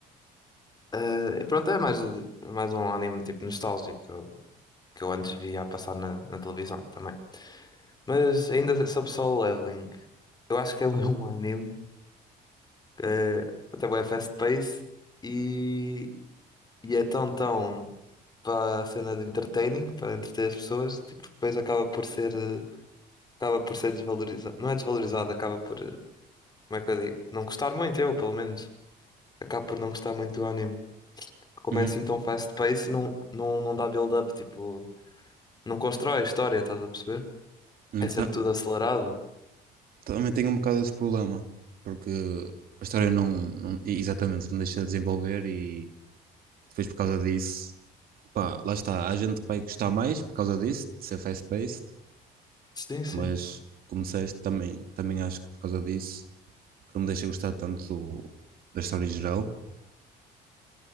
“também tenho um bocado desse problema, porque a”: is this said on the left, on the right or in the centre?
Right